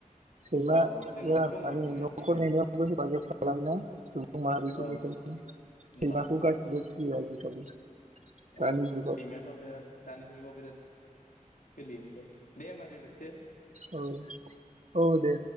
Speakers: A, on the right; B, on the left.
A: सैमाया
B: औ जोंनावबो दङ
A: माने
B: दंनाया
A: न'खर
B: सैमाया
A: नेनायावबो हेफाजाब खालामा सुबुं माहारिखौ
B: औ
A: बेखायनो
B: होमबा
A: सैमाखौ गासिबो <unintelligible>
B: औ
A: दानि जुगाव
B: सैमायाथ' बिराद दानि जुगाव बिराद सोलियो दे दे होमबा दोनथ'सै दे
A: <inaudible> औ औ दे